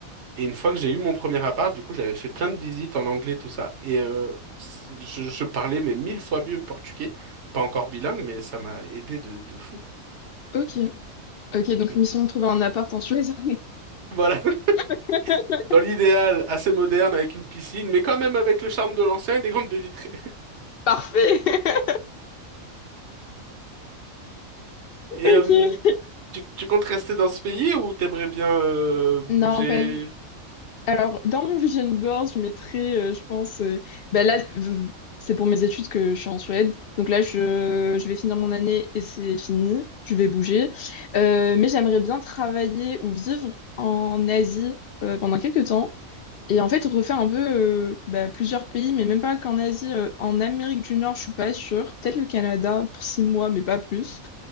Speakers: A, on the right; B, on the left.
A: Et une fois que j'ai eu mon premier appart, du coup, j'avais fait plein de visites en anglais, tout ça. Et euh, c- je, je parlais, mais mille fois mieux portugais. Pas encore bilingue, mais ça m'a aidé de, de fou.
B: ok. Ok, donc
A: Donc,
B: mission de trouver un appart en Suède.
A: Voilà, <laughs>
B: <laughs>
A: dans l'idéal, assez moderne avec une piscine, mais quand même avec le charme de l'ancien et des grandes baies vitrées.
B: Parfait. <laughs>
A: Et
B: Ok.
A: euh, tu, tu comptes rester dans ce pays ou t'aimerais bien euh, bouger?
B: Non, pas du Alors, dans mon vision board, je mettrais, euh, je pense, euh, bah là, v- c'est pour mes études que je suis en Suède. Donc là, je, je vais finir mon année et c'est fini. Je vais bouger. Euh, mais j'aimerais bien travailler ou vivre en Asie euh, pendant quelques temps. Et en fait, refait un peu euh, bah, plusieurs pays, mais même pas qu'en Asie, euh, en Amérique du Nord, je suis pas sûre. Peut-être le Canada pour six mois, mais pas plus.